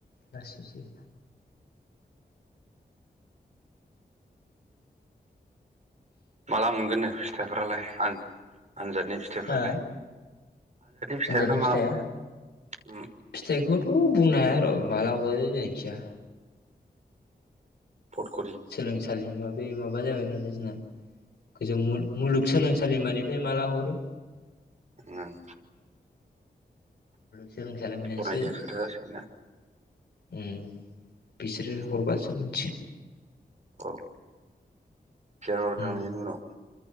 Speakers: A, on the left (about 85°); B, on the right (about 40°).
A: लासैसो।
B: माला मोनगोननो फिथाइफ्रालाय आं आनजादनि फिथाइफ्रालाय।
A: हो
B: फिथाइफ्रा
A: आनजादनि
B: माला
A: फिथाइया
B: मोनगोन उम
A: फिथाइखौथ' बुंनो हाया र' माला हगारो जायखिया।
B: फटखरि
A: सोलोंसालि माबे माबा जागोन आरो जोंना। गोजौ मु मुलुगसोलोंसालिमानिफ्राय माला हरो।
B: ओं
A: सोलोंसालिनिफ्रायसो।
B: हरनायजोंसो खोथा जासिगोन ना
A: उम बिसोरो
B: उम
A: हरबासो मिथिगोन।
B: औ फेर हरखांनायनि
A: उम
B: उनाव।